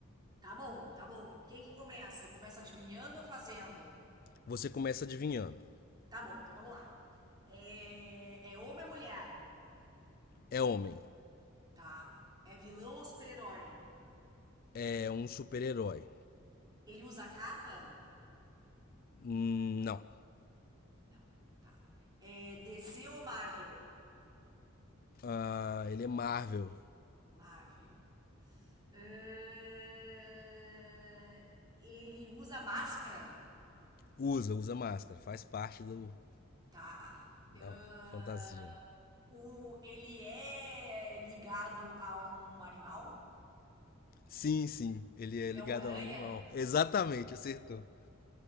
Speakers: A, on the right (about 20°); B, on the left (about 45°).
A: Tá bom, tá bom. Quem que começa? Eu começo adivinhando ou fazendo?
B: Você começa adivinhando.
A: Tá bom, então vamos lá. É, é homem ou mulher?
B: É homem.
A: Tá. É vilão ou super-herói?
B: É um super-herói.
A: Ele usa capa?
B: Hum, Não.
A: Não. Tá. É DC ou Marvel?
B: Ah, ele é Marvel.
A: Marvel. É, Ele usa máscara?
B: Usa, usa máscara, faz parte do
A: Tá.
B: da
A: Ahn,
B: fantasia.
A: o, ele é ligado a um animal?
B: Sim, sim, ele é ligado
A: É o Homem-Aranha?
B: a um animal. Exatamente, acertou.